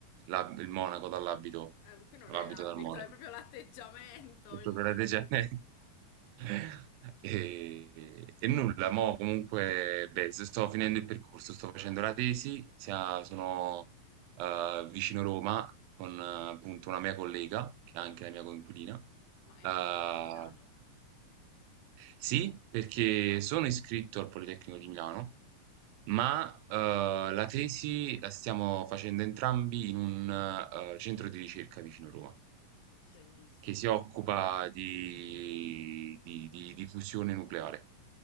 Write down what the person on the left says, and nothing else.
eh, qui non
è l'abito,
è proprio l'atteggiamento,
i
modi.
Ma hai
appena detto Milano.
Bellissimo.